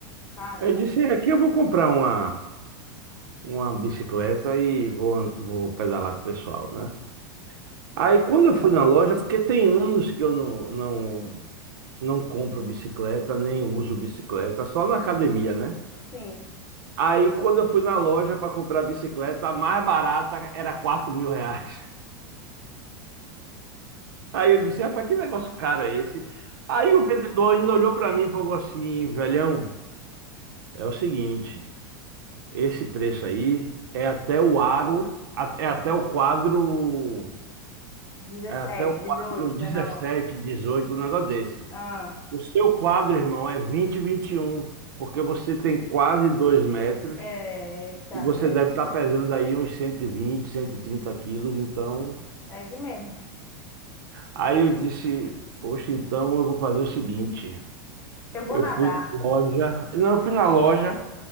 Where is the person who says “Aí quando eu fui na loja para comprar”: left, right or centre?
Right